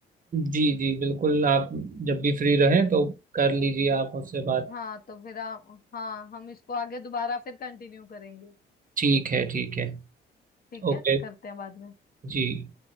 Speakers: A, on the right (about 45°); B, on the left (about 50°).
A: जी जी बिल्कुल आप जब भी फ्री रहें तो कर लीजिए आप उससे बात
B: हाँ तो फिर आ, हाँ हम इसको आगे दोबारा फिर कंटिन्यू करेंगे
A: ठीक है ठीक है
B: ठीक
A: ओके
B: है करते हैं बाद में
A: जी